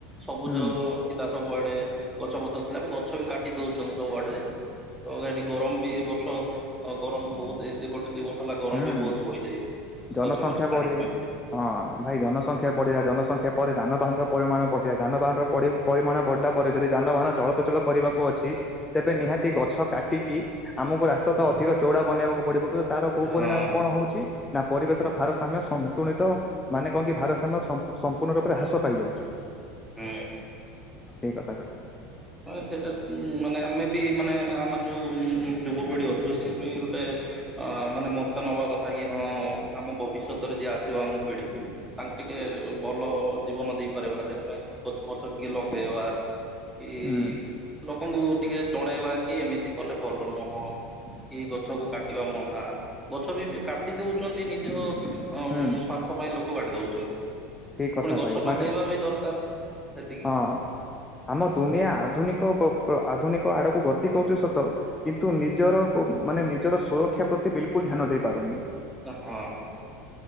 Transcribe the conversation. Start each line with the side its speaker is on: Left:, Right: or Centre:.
Centre: ସବୁଜ
Left: ହୁଁ
Centre: ଥିଲା ସବୁଆଡେ ଗଛପତ୍ର ଥିଲା ଏବେ ଗଛବି କାଟି ଦୋଉଚନ୍ତି ସବୁ ଆଡେ ତ ଏଡି ଗରମ ବି ଏ ବର୍ଷ ଅ ଗରମ ବୋହୁତ ଏତେ ଗୋଟେ ଦି ବର୍ଷ ହେଲା ଗରମ
Left: ହୁଁ।
Centre: ବି ବୋହୁତୁ ବଢି ଯାଇଚି
Left: ଜନସଂଖ୍ୟା
Centre: ଗଛ ଫଛ <inaudible>
Left: ବଢି ହଁ ଭାଇ ଜନସଂଖ୍ୟା ବଢିଲା ଜନସଂଖ୍ୟା ପରେ ଯାନବାହାନର ପରିମାଣ ବଢିଲା ଯାନବାହାନର ପଡି ପରିମାଣ ବଢିଲା ପରେ ଯଦି ଯାନବାହାନ ଚଳପ୍ରଚଳ କରିବାକୁ ଅଛି ତେବେ ନିହାତି ଗଛ କାଟିକି ଆମକୁ ରାସ୍ତା ତ ଅଧିକ ଚୋଉଡା ବନେଇବାକୁ ପଡିବ କିନ୍ତୁ ତାର କୁ
Centre: ହଁ
Left: ପରିଣାମ କଣ ହୋଉଚି ନା ପରିବେଶର ଭାରସାମ୍ୟ ସନ୍ତୁଳିତ ମାନେ କଣ କି ଭାରସ୍ୟାମ ସଂପ୍ ସମ୍ପୂର୍ଣ୍ଣ ରୂପରେ ହ୍ରାସ ପାଇଯାଉଚି।
Centre: ହୁଁ।
Left: ଠିକ କଥା କହିଲ।
Centre: ହଁ ସେଟା ଉଁ ମାନେ ଆମେ ବି ମାନେ ଆମ ଯୋଉ ଯୁବପିଢି ଅଛୁ ସେ ବି ଗୋଟେ ଅ ମାନେ ମୋର୍ଚ୍ଚା ନବା କଥା କି ହଁ ଆମ ଭବିଷ୍ୟତରେ ଯିଏ ଆସିବ ଆମ ପିଢି ତାଙ୍କୁ ଟିକେ ଭଲ ଜୀବନ ଦେଇପାରିବା ଯାହା ପାଇଁ ଗଛ ପଛ ଟିକେ ଲଗେଇବା। କି
Left: ହୁଁ
Centre: ଲୋକଙ୍କୁ ଟିକେ ଜଣେଇବା କି ଏମିତି କଲେ ଭଲ ନୁହଁ। କି ଗଛକୁ କାଟିବା ମନା ଗଛ ବି ଏବେ କାଟି ଦୋଉଚନ୍ତି ନିଜ ଅଁ ଉମ୍
Left: ହୁଁ
Centre: ସ୍ଵାର୍ଥ ପାଇଁ ଲୋକ କାଟି ଦୋଉଚନ୍ତି
Left: ଠିକ
Centre: ପୁଣି
Left: କଥା
Centre: ଗଛ
Left: ଭାଇ
Centre: ଲଗେଇବା
Left: ମାନେ
Centre: ବି ଦରକାର। ସେତିକି
Left: ହଁ ଆମ ଦୁନିଆ ଆଧୁନିକ ପ ପ ଆଧୁନିକ ଆଡକୁ ଗତି କରୁଚି ସତ କିନ୍ତୁ ନିଜର କୋଉ ମାନେ ନିଜର ସୁରକ୍ଷା ପ୍ରତି ବିଲକୁଲ୍ ଧ୍ୟାନ ଦେଇପାରୁନି।
Centre: ହଁ